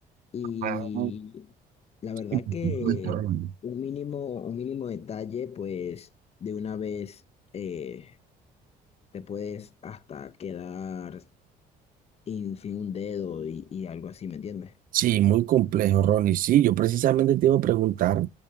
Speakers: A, on the left (about 40°); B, on the right (about 55°).
A: Y
B: Ah,
A: la verdad
B: y por
A: que
B: supuesto, Ronnie.
A: un mínimo, un mínimo detalle, pues de una vez eh, te puedes hasta quedar in- sin un dedo y, y algo así, ¿me entiendes?
B: Sí, muy complejo, Ronnie. Sí, yo precisamente te iba a preguntar